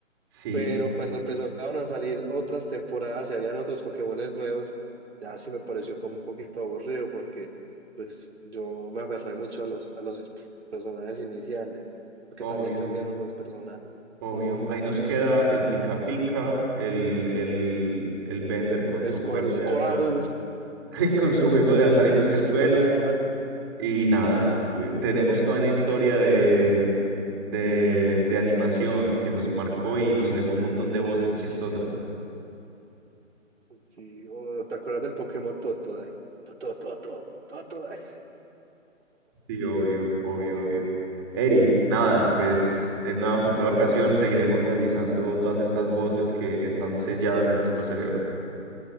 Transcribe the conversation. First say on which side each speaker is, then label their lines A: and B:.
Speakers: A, on the right; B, on the right.
A: sí,
B: pero cuando empezaron a salir otras temporadas y habían otros Pokémones nuevos, ya sí me pareció como un poquito aburrido porque pues yo me aferré mucho a los, a los personajes iniciales, porque
A: obvio.
B: también cambiaron los personajes.
A: Obvio. Ahí nos queda el pica pica, el, el, el Bender con su
B: Squirtle,
A: juego de azar, <laughs> con su juego de azar y mujerzuelas.
B: el Squirtle,
A: Y nada, u- tenemos toda una historia de, de, de animación que nos marcó y nos dejó un montón de voces chistosas.
B: sí, oh, ¿te acuerdas del Pokémon Totodile? Totodile, Totodile.
A: Sí, obvio, obvio, obvio. Ey, nada,
B: <laughs>
A: pues en una futura ocasión seguiremos revisando todas estas voces que están selladas en nuestro cerebro.